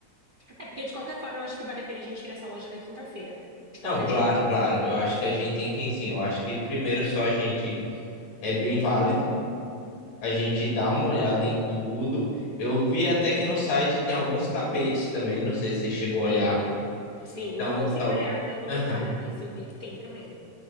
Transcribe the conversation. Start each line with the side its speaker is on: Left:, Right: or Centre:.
Right: É, porque de qualquer forma eu acho que vale a pena a gente ir nessa loja na quinta-feira. De
Left: Não,
Right: qualquer
Left: claro,
Right: jeito.
Left: claro. Eu acho que a gente tem que, sim. Eu acho que primeiro só a gente é bem válido. A gente dá uma olhada em tudo. Eu vi até que no site tem alguns tapetes também. Não sei se você chegou a olhar.
Right: Sim, sim.
Left: Então,
Right: Não consegui
Left: tal.
Right: olhar ainda com detalhe,
Left: Aham.
Right: mas eu vi que tem também.